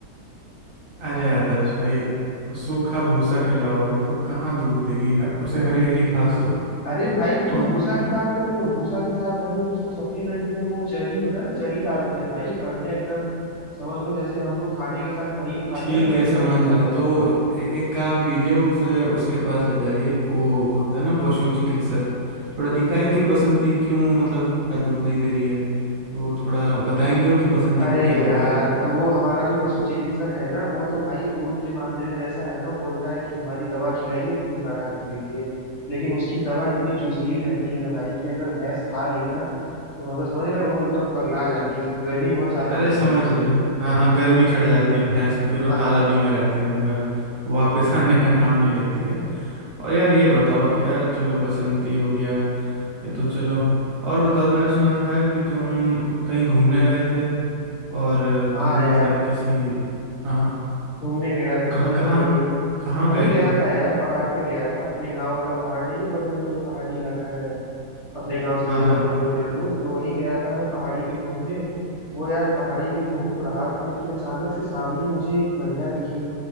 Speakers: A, on the right (about 55°); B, on the left (about 50°).
A: अरे आदर्श भाई सूखा भूसा खिलाओगे तो कहाँ दूध देगी ह- उसे हरी हरी घास दो
B: अरे भाई तुम
A: और
B: भूसा की बात कर रहे हो भूसा के साथ हम लोग उसको सप्लीमेंट में वो चरी होता है ना चरी डालते हैं भाई बढ़िया एकदम समझ लो जैसे हम लोग खाने के साथ पनीर खाते
A: ठीक
B: हैं ना
A: है
B: वैसे
A: समझ
B: मैं खिलाता
A: रहे हैं तो
B: हूँ उसको
A: ए, एक काम कीजिए उसे उसके पास ले जाइए वो होता है ना पशु चिकित्सक थोड़ा दिखाइए कि बसंती क्यों मतलब दूध नहीं दे रही है तो थोड़ा बताएंगे वो कि बसंती
B: अरे
A: को क्या हो
B: यार
A: गया है
B: वो हमारा जो पशु चिकित्सक है ना वो तो भाई दूध के मामले में ऐसा है ना वो बोलता है कि हमारी दवा खिलाइए दूध गाढ़ा कर दीजिए लेकिन उसकी दवा इतनी जोशीली रहती है ना भाई कि अगर भैंस खा लेना तो मतलब समझ रहे हो वो एकदम पगला जाती है उसको गर्मी बहुत ज्यादा
A: अरे
B: होने
A: समझ
B: लगती
A: रहे
B: है
A: हैं। हाँ हाँ गर्मी चढ़ जाती है भैंस में फिर वो
B: हाँ
A: तालाबी
B: हाँ
A: में रहती है दिन भर वापस <laughs> आने का नाम नहीं लेती है और यार ये बताओ कि यार चलो बसंती हो गया ये तो चलो और बताओ मैंने सुना था यार कि तुम कहीं घूमने गए थे और
B: हाँ
A: तुम
B: यार
A: मतलब किसी हाँ हाँ
B: घूमने गया था
A: कहाँ
B: मैं
A: कहाँ
B: वही
A: कहाँ
B: वही
A: गए
B: गया
A: थे
B: था यार पहाड़ पे गया था अपने गांव वाला पहाड़ नहीं है बगल में जो पहाड़ी इलाका है अपने गांव से
A: हाँ
B: दो चार
A: हाँ
B: किलोमीटर
A: हाँ
B: दूर तो वहीं गया था मैं पहाड़ी पे घूमने वो यार पहाड़ी पे घूम तो रहा था लेकिन अचानक से सामने मुझे एक महिला दिखी